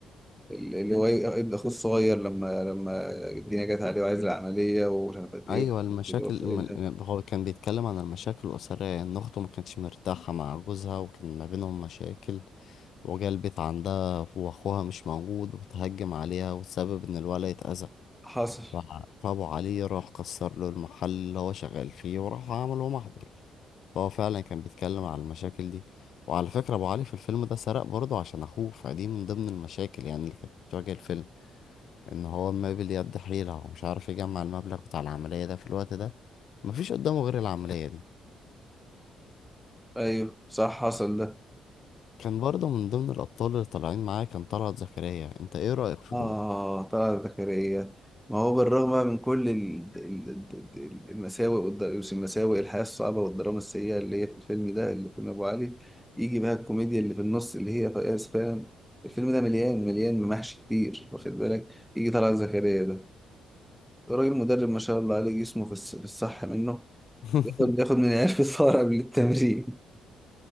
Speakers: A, in the centre; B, on the left.
A: ال- اللي هو ابن اخوه الصغير لما لما الدنيا جت عليه وعايز العمليه ومش عارف قد ايه
B: ايوه المشاكل
A: وشايلها
B: الم- هو كان بيتكلم عن المشاكل الاسرية ان اخته ما كانتش مرتاحة مع جوزها وكان ما بينهم مشاكل وجا البيت عندها وأخوها مش موجود وبتهجم عليها وتسبب إن الولد يتأذى
A: حصل
B: ف- فأبو علي راح كسر له المحل اللي هو شغال فيه وراح عمل له محضر فهو فعلا كان بيتكلم على المشاكل دي وعلى فكرة أبو علي في الفيلم ده سرق برضه عشان أخوه فدي من ضمن المشاكل يعني اللي كانت بتواجه الفيلم إن هو مابل يد حيلة ومش عارف يجمع المبلغ بتاع العملية ده في الوقت ده مفيش قدامه غير العملية دي
A: ايوه صح حصل ده
B: كان برضه من ضمن الأبطال اللي طالعين معاه كان طلعت زكريا أنت إيه رأيك في
A: آه
B: دول؟
A: طلعت زكريا ما هو بالرغم من كل ال- ال- ال- ال- المساوئ والد- المساوئ الحياة الصعبة والدراما السيئة اللي هي في الفيلم ده اللي في فيلم أبو علي يجي بقى الكوميديا اللي في النص اللي هي فقاس فعلا الفيلم ده مليان مليان ممحش كتير واخد بالك يجي طلعت زكريا ده ده راجل مدرب ما شاء الله عليه جسمه في الص- في الصح منه
B: <laughs>
A: ياخد ياخد من العيال في الفار قبل التمرين